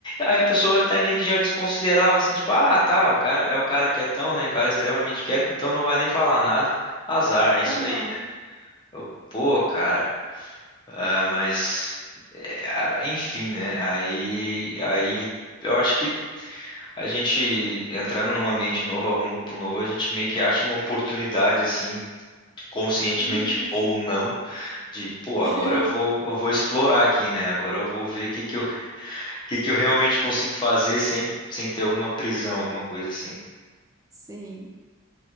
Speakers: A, on the left; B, on the right.
A: aí a pessoa até meio que já desconsiderava assim, tipo, ah, tá, o cara é o cara quietão, né? O cara é extremamente quieto, então não vai nem falar nada. Azar, é isso
B: Aham.
A: aí, né? Eu, Pô, cara, ah, mas é, ah, enfim, né? Aí, aí eu acho que a gente entrando num ambiente novo, algum grupo novo, a gente meio que acha uma oportunidade assim conscientemente
B: Uhum.
A: ou não, de, pô,
B: <laughs>
A: agora eu vou, eu vou explorar aqui, né? Agora eu vou ver o que que eu, <laughs> que que eu realmente consigo fazer sem, sem ter alguma prisão, alguma coisa assim.
B: Sim,